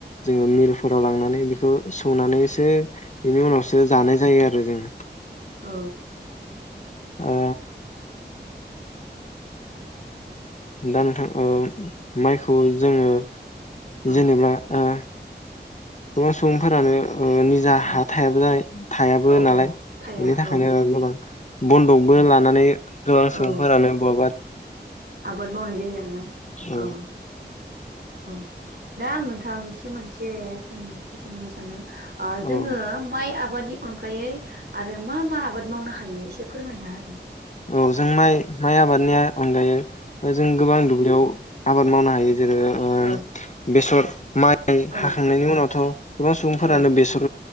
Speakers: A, on the left (about 40°); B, on the right (about 65°).
A: जोङो मिल फोराव लांनानै बेखौ सौनानैसो बेनि उनावसो जानाय जायो आरो। आरो जोङो
B: औ।
A: ओ दा नोंथां ओ माइखौ जोङो
B: औ
A: जेनेबा ओ। गोबां सुबुंफोरा <unintelligible> नो ओ निजा
B: औ
A: हा थायाबो जानाय थायाबो
B: औ
A: नालाय
B: औ
A: बेनि
B: साया
A: थाखायनो
B: औ
A: ओ गोबां बन्दकबो
B: औ
A: लानानै गोबां
B: औ
A: सुबुंफोरानो बह
B: आबाद मावनाय जायो आरोना
A: औ
B: अ औ दा आं नोंथांनिसिम मोनसे सोंथि सोंनो सानदों? ओ
A: औ
B: जोङो माइ आबादनि अनगायै आरो मा मा आबाद मावनो हायो एसे फोरमायना हो
A: औ जों माइ माइ आबादनिया अनगायै जों गोबां दुब्लियाव आबाद मावनो हायो‌। जेरो ओ
B: औ
A: बेसर माइ
B: औ
A: हाखांनायनि उनावथ' गोबां सुबुंफोरानो
B: औ
A: बेसर